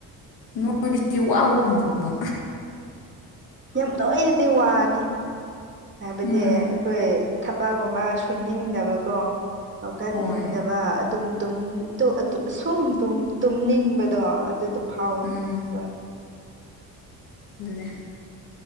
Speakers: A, on the left; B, on the right.
A: ꯅꯣꯏꯕꯁꯤ ꯋꯥꯕꯒꯨꯝꯗꯧꯕ꯫
B: ꯌꯥꯝ ꯅꯣꯏꯔꯗꯤ ꯋꯥꯅꯤ ꯍꯥꯏꯕꯗꯤ
A: ꯎꯝ
B: ꯑꯩꯈꯣꯏ ꯊꯕꯛꯒꯨꯝꯕ ꯁꯨꯅꯤꯡꯗꯕꯀꯣ ꯍꯧꯀꯠꯅꯤꯡꯗꯕ
A: ꯍꯣꯏ
B: ꯑꯗꯨꯝ ꯇꯨꯝ ꯇꯨ ꯑꯇꯨ ꯑꯁꯨꯝ ꯇꯨꯝ ꯇꯨꯝꯅꯤꯡꯕꯗꯣ ꯑꯗꯨꯗꫭ ꯐꯥꯎꯅꯤ
A: ꯎꯝ
B: ꯍꯣꯏ꯫
A: ꯂꯦ